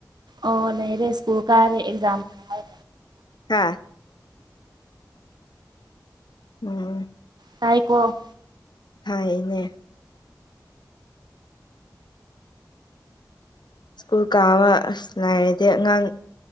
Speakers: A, on the right (about 70°); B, on the left (about 80°).
A: ꯑꯣ ꯂꯩꯔꯦ ꯁ꯭ꯀꯨꯜ ꯀꯥꯔꯦ ꯑꯦꯛꯖꯥꯝ ꯊꯥꯏ
B: ꯍꯥꯥ ꯎꯝ ꯎꯝ
A: ꯇꯥꯏꯀꯣ
B: ꯍꯥꯏꯅꯦ ꯁ꯭ꯀꯨꯜ ꯀꯥꯕ ꯑꯁ ꯂꯩꯏꯔꯗꯤ ꯑꯉꯥꯡ